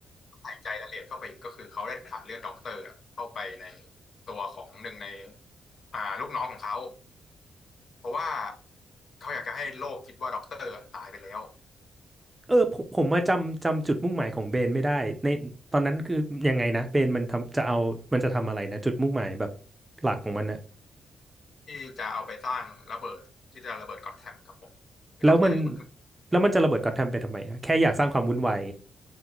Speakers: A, on the left (about 50°); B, on the right (about 15°).
A: ใส่ใจรายละเอียดเข้าไปอีกก็คือเขาได้ถ่ายเลือดด็อกเตอร์อะเข้าไปในตัวของหนึ่งในอ่าลูกน้องของเขาเพราะว่าเขาอยากจะให้โลกคิดว่าด็อกเตอร์อะตายไปแล้ว
B: เออผมผมมาจำจำจุดมุ่งหมายของเบนไม่ได้ในตอนนั้นคือยังไงนะเบนมันทำจะเอามันจะทำอะไรนะจุดมุ่งหมายแบบหลักของมันนะ
A: ที่จะเอาไปสร้างระเบิดที่จะระเบิดก็อตแทมครับผมคือด็อกเตอร์อยู่บนเครื่อง
B: แล้วมันแล้วมันจะระเบิดก็อตแทมไปทำไมอะแค่อยากสร้างความวุ่นวาย